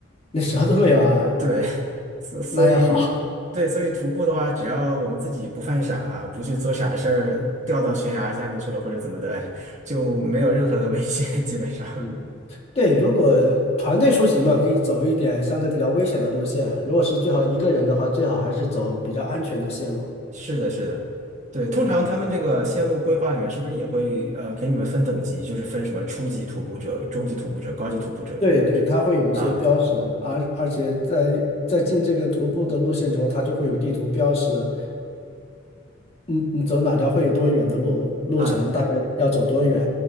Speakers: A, on the left; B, on the right.
A: 那蛇都没有啊，
B: 对，<laughs> 所所以对，
A: 那还好。
B: 所以徒步的话，只要我们自己不犯傻，不去做傻事儿，掉到悬崖下面去了或者怎么的，就没有任何的危险，基本上。
A: 嗯。对，如果团队出行嘛，可以走一点相对比较危险的路线；如果是最好一个人的话，最好还是走比较安全的线路。
B: 是的，是的，对，通常他们这个线路规划里面是不是也会呃给你们分等级，
A: 嗯，
B: 就是分什么初级徒步者、中级徒步者、高级徒步者之类的这种啊
A: 对对，它会有一些标识，而而且在在进这个徒步的路线中，它就会有地图标识，你你走哪条会有多远的路，路程大概要走多远，
B: 啊，